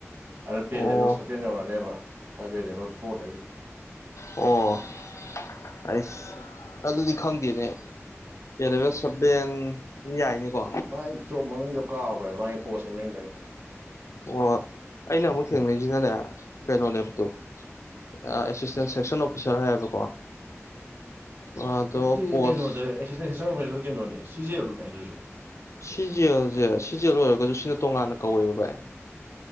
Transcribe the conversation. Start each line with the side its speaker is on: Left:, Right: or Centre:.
Right: ꯑꯗꯣ ꯄꯦ
Left: ꯑꯣ
Right: ꯂꯦꯕꯦꯜ ꯁꯕꯦꯟ ꯌꯧꯔꯅꯦꯕ ꯉꯁꯥꯏ ꯄꯦ ꯂꯦꯕꯦꯜ ꯐꯣꯔꯗꯒꯤ
Left: ꯑꯣ ꯑꯩꯁ ꯑꯗꯨꯗꯤ ꯈꯪꯗꯦꯅꯦ ꯑꯦꯂꯦꯕꯦꯜ ꯁꯕꯚꯦꯟ ꯌꯥꯏꯅꯦꯀꯣ
Right: ꯃꯥ ꯖꯣꯞ ꯃꯃꯤꯡꯗꯣ ꯀꯥꯎꯈ꯭ꯔꯦ ꯃꯥꯒꯤ ꯄꯣꯁ ꯃꯃꯤꯡꯗꯣ ꯑꯩ
Left: ꯑꯣ ꯑꯩꯅ ꯑꯃꯨꯛ ꯊꯦꯡꯅꯔꯤꯁꯤꯅꯅꯦ ꯀꯩꯅꯣꯅꯦꯕ ꯇꯨ ꯑꯦꯁꯤꯁꯇꯦꯟ ꯁꯦꯛꯁꯟ ꯑꯣꯐꯤꯁꯔ ꯍꯥꯏꯌꯦꯕꯀꯣ ꯑꯗꯣ
Right: ꯑꯗꯨꯗꯤ
Left: ꯄꯣꯁ
Right: ꯀꯩꯅꯣꯗ ꯑꯦꯛꯁꯤꯗꯦꯟꯁꯦ ꯑꫭꯐꯤꯁꯅ ꯀꯩꯅꫭꯅꯦ ꯁꯤꯖꯤꯑꯦꯜꯅꯦ ꯑꯗꯨꯁꯨ
Left: ꯁꯤꯖꯦꯜꯁꯦ ꯁꯤꯖꯦꯜ ꯑꯣꯏꯔꯒꯁꯨ ꯁꯤꯅ ꯇꯣꯉꯥꯟꯅ ꯀꯧꯋꯦꯕ ꯚꯥꯏ